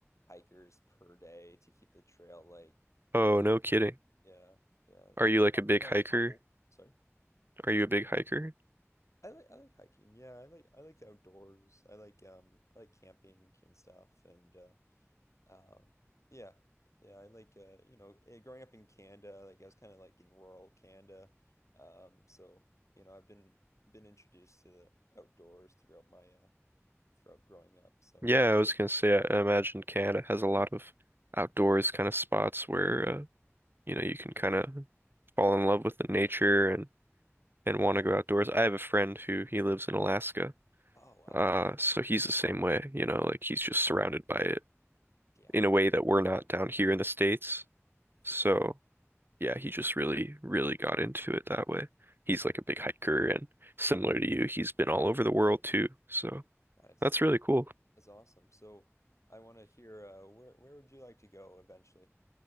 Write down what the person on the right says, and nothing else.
Oh, no kidding.
Are
you
like
a big
hiker?
Are you a big hiker?
Yeah, I was gonna say I imagine Canada has a lot of outdoors kind of spots where uh, you know, you can kind of fall in love with the nature and and want to go outdoors. I have a friend who he lives in Alaska.
Uh, so he's the same way, you know, like he's just surrounded by it
in a way that we're not down here in the States.
So
yeah, he just really, really got into it that way. He's like a big hiker and similar to you, he's been all over the world too. So
that's really cool.